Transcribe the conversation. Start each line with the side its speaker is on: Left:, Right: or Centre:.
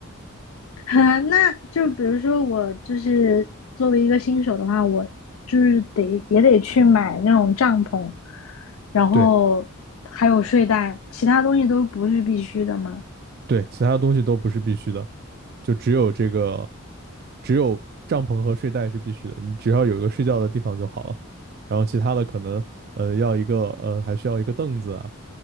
Left: <laughs> 那就比如说我就是作为一个新手的话，我就是得也得去买那种帐篷，然后还有睡袋，
Right: 对
Left: 其他东西都不是必须的嘛。
Right: 对，其他的东西都不是必须的，就只有这个只有帐篷和睡袋是必须的，你只要有一个睡觉的地方就好了。然后其他的可能呃要一个呃还需要一个凳子啊，